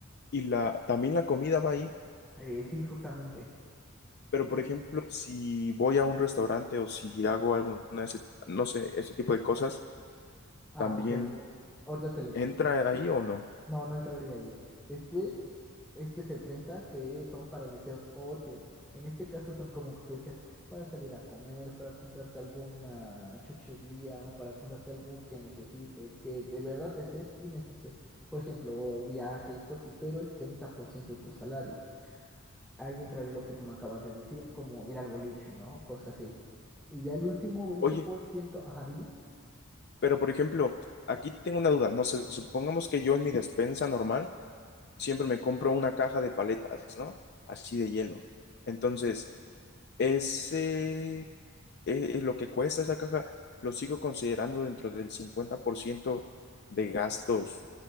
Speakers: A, on the left (about 50°); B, in the centre.
A: Y la, también la comida va ahí,
B: Eh, sí, justamente.
A: pero por
B: Es-
A: ejemplo, si voy a un restaurante o si hago alguna, de ese- no sé, ese tipo de cosas,
B: Ah,
A: ¿también
B: ok. Ahorita te lo explico.
A: entra ahí o no?
B: No, no entraría ahí. Después, este es el 30 que son para deseos ocio. En este caso son como tú decías, para salir a comer, para comprarte alguna chuchería, para comprarte algo que necesites, que de verdad desees y necesites. Por ejemplo, viajes, cosas así, pero el 30% de tu salario. Ahí entraría lo que tú me acabas de decir, como ir al boliche, ¿no? Cosas así. Y ya el último veinte
A: Oye,
B: por ciento, ajá, dime.
A: Pero, por ejemplo, aquí tengo una duda. No sé, supongamos que yo en mi despensa normal siempre me compro una caja de paletas, ¿no? Así de hielo. Entonces, ese, eh, lo que cuesta esa caja, lo sigo considerando dentro del 50% de gastos,